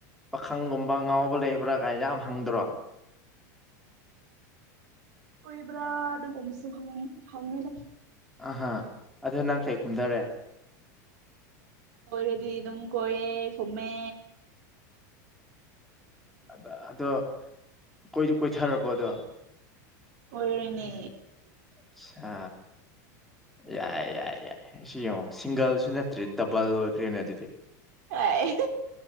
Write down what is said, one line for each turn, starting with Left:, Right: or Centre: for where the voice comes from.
Centre: ꯄꯥꯈꯪꯒꯨꯝꯕ ꯉꯥꯎꯕ ꯂꯩꯕ꯭ꯔꯥ ꯀꯥꯏ ꯌꯥꯝ ꯍꯪꯗ꯭ꯔꯣ
Right: ꯀꯣꯏꯕ꯭ꯔꯥ ꯑꯗꯨꯒꯨꯝꯕꯁꯨ ꯍꯪꯉꯤ ꯍꯪꯉꯤꯗ
Centre: ꯑꯍꯥ ꯑꯗꯨ ꯅꯪ ꯀꯩ ꯈꯨꯝꯗꯥꯔꯦ
Right: ꯀꯣꯏꯔꯗꯤ ꯑꯗꯨꯝ ꯀꯣꯏꯌꯦ ꯈꯨꯝꯃꯦ
Centre: ꯑ ꯑꯗꯣ ꯀꯣꯏꯗꯤ ꯀꯣꯏꯊꯔꯕꯣ ꯑꯗꯣ
Right: ꯀꯣꯏꯔꯦꯅꯦ
Centre: ꯑꯠꯁꯥ ꯌꯥꯏ ꯌꯥꯏ ꯌꯥꯏ ꯁꯤ ꯌꯦꯡꯉꯣ ꯁꯤꯡꯒꯜꯁꯨ ꯅꯠꯇ꯭ꯔꯦ ꯗꯕꯜ ꯑꯣꯏꯈ꯭ꯔꯦꯅꯦ ꯑꯗꯨꯗꯤ
Right: ꯍꫭꯏ